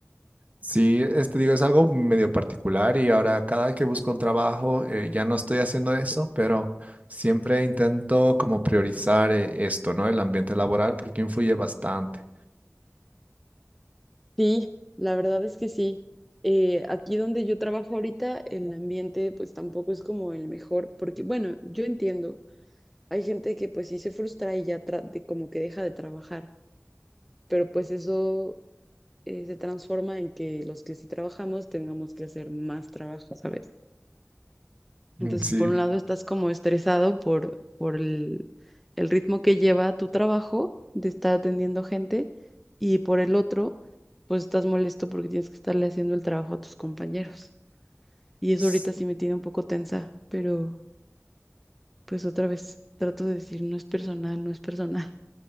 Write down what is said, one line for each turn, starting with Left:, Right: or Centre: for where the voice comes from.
Right: Sí, este digo, es algo medio particular y ahora cada que busco un trabajo eh, ya no estoy haciendo eso, pero siempre intento como priorizar eh, esto, ¿no? El ambiente laboral porque influye bastante.
Centre: Sí, la verdad es que sí. Eh, aquí donde yo trabajo ahorita, el ambiente pues tampoco es como el mejor, porque bueno, yo entiendo, hay gente que pues sí se frustra y ya tra- de- como que deja de trabajar, pero pues eso eh, se transforma en que los que sí trabajamos tengamos que hacer más trabajo, ¿sabes? Entonces,
Right: Mm, Sí,
Centre: por un lado estás como estresado por, por el, el ritmo que lleva tu trabajo de estar atendiendo gente y por el otro, pues estás molesto porque tienes que estarle haciendo el trabajo a tus compañeros. Y eso
Right: s-
Centre: ahorita sí me tiene un poco tensa, pero pues otra vez trato de decir, no es personal, no es personal. <laughs>